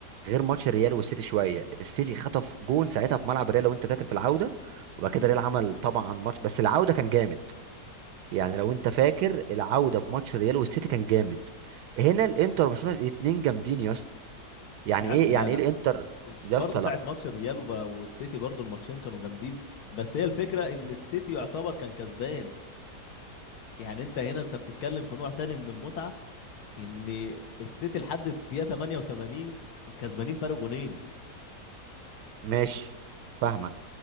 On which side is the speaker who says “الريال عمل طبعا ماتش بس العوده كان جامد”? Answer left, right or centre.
Right